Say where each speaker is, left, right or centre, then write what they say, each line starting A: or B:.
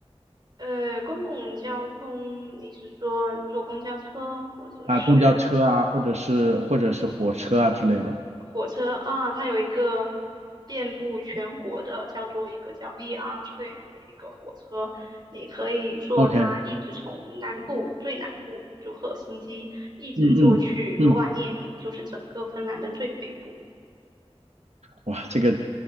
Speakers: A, on the right; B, on the right.
A: 呃，公共交通，你是说坐公交车或者是？
B: 啊，公交车啊，或者是或者是火车啊之类的。
A: 火车啊，它有一个遍布全国的，叫做一个叫 VR train 的一个火车，你可以坐它一直从南部最南部就赫尔辛基，
B: OK，
A: 一直坐去罗瓦涅米，
B: 嗯嗯嗯，
A: 就是整个芬兰的最北部。
B: 哇，这个